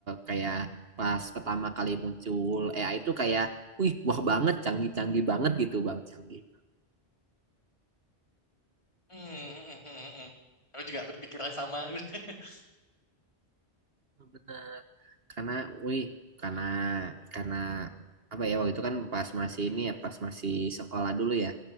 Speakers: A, on the right; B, on the left.
A: kayak pas pertama kali muncul AI itu kayak wih wah banget canggih-canggih banget gitu bang canggih
B: hmm, hmm, hmm. hmm. Aku juga berpikiran sama. <laughs>
A: bener karena wih karena karena apa ya waktu itu kan pas masih ini ya pas masih sekolah dulu ya